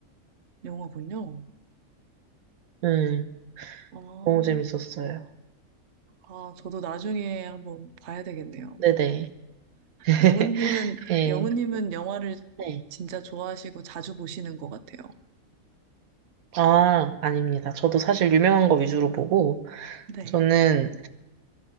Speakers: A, on the right; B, on the right.
A: 영화군요.
B: 음,
A: 아,
B: 너무 재밌었어요.
A: 아, 저도 나중에 한번 봐야 되겠네요.
B: 네네. <laughs>
A: 영은님은,
B: 네.
A: 영은님은 영화를
B: 네.
A: 진짜 좋아하시고 자주 보시는 것 같아요.
B: 아, 아닙니다. 저도 사실 유명한 거 위주로 보고,
A: 네,
B: 저는,